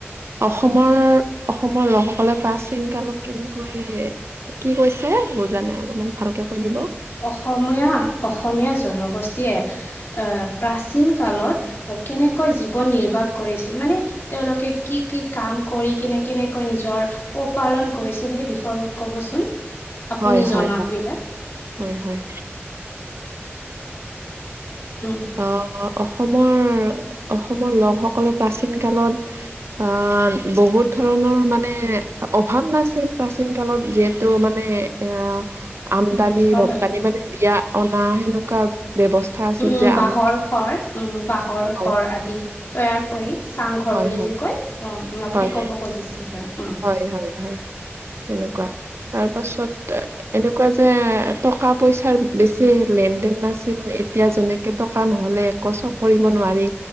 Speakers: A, on the right; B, on the left.
A: অসমৰ, অসমৰ লোকসকলে প্ৰাচীন কালত কেনেকৈ কি কৈছে কে বুজা নাই অলপমান। ভালকে কৈ
B: মানে
A: দিব
B: অসমীয়া, অসমীয়া জনগোষ্ঠীয়ে আ প্ৰাচীন কালত, কেনেকৈ জীৱন নিৰ্বাহ কৰিছিল? মানে তেওঁলোকে কি কি কাম কৰি কিনে কেনেকৈ নিজৰ পোহ পালন কৰিছিল, সেই বিষয়ে অলপ ক'বচোন আপুনি
A: হয় হয়
B: জনাবিলাক।
A: হয় হয়
B: উম
A: হয়।
B: উম
A: অ', অ', অস অসমৰ, অসমৰ লোকসকলে প্ৰাচীন কালত আহ বহুত ধৰণৰ মানে অভাৱ নাছিল প্ৰাচীন কালত যিহেতু মানে এ আমদানি
B: উম হয়
A: ৰপ্তানি
B: হয়
A: মানে দিয়া অনা সেনেকুৱা ব্যৱস্থা আছিল।
B: উ
A: যে
B: বাঁহৰ
A: আমি
B: ঘৰ উম, বাঁহৰ
A: হয়
B: ঘৰ আদি তৈয়াৰ কৰি চাং ঘৰ
A: হয়
B: বুলি
A: হয়
B: যে কয়, অ' আপুনি
A: হয়
B: ক'ব খুজিছে এনেকুৱাই।
A: হয় হয় হয়, তেনেকুৱা। তাৰ পাছত এনেকুৱা যে টকা-পইচাৰ বেছি লেন-দেন নাছিল। এতিয়া যেনেকে টকা নহ'লে একো চব কৰিব নোৱাৰি,